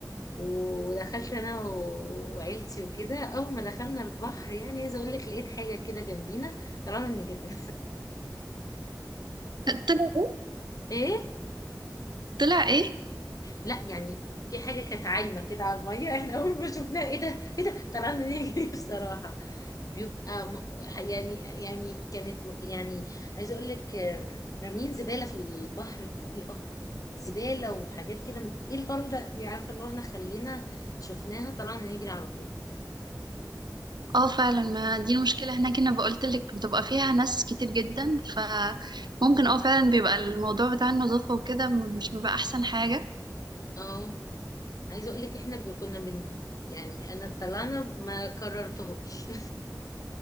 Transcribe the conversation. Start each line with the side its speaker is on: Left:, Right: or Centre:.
Left: ودخلت انا و- وعيلتي وكده اول ما دخلنا البحر يعني عايزه اقول لك لقيت حاجه كده جنبينا طلعنا نجري
Right: طلع ايه؟
Left: <laughs> ايه
Right: طلع ايه؟
Left: لا يعني في حاجة كانت عايمة كده على المية <laughs> احنا أول ما شفناها ايه ده ايه ده طلعنا نجري <laughs> بصراحة بيبقى م... يعني يعني كانت يعني عايزة أقول لك آم، رامين زبالة في البحر بطريقة زبالة وحاجات كده من... ايه القرف ده يعني عارفة اللي هو احنا خلينا شفناها طلعنا نجري على طول
Right: اه فعلا ما دي المشكلة هناك انا بقولت لك بتبقى فيها ناس كتير جدا فممكن اه فعلا بيبقى الموضوع بتاع النظافة وكده مش بيبقى احسن حاجة
Left: اه عايزة أقول لك احنا ب- كنا بن يعني أنا طلعنا ما كررتهوش